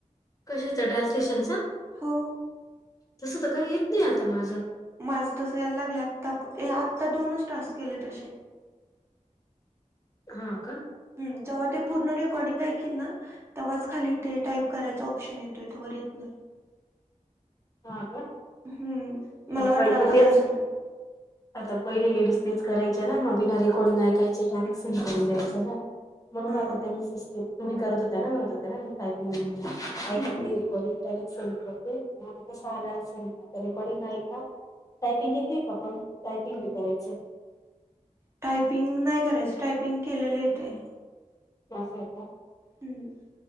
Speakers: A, on the left; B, on the right.
A: कशाच? ट्रान्सलेशनच
B: हो.
A: तस त काही येत नाही आता माझ.
B: माझ तस यायला लागले आता आत्ता दोनच टास्क केले तसे.
A: हा व का.
B: जेव्हा ते पूर्ण रेकॉर्डिंग ऐकली ना तेव्हाच खाली ते टाईप करायच आ आपशन येतोय तवर येत नाही.
A: हा का,
B: हम्म मला वाटलं
A: प
B: आता
A: मग तेच.
B: काय झालं
A: आता पहिले लेडीज तेच करायच्या ना मग बिना रेकॉर्डिंग ऐकायचे डायरेक्शन करून द्यायच ना. म्हणून
B: हा
A: आता त्यांनी सिस्टम तुम्ही करत होत ना म्हणत होत्या ना मी टायपिंग ऐकतले
B: हम्म
A: रे. डी से म स स रेकडीन आय का. टायपिंग येेते का आपण टायपिंग बी करायचे.
B: टायपिंग नाही करायच, टायपिंग केलेल येते.
A: असय का.
B: ह.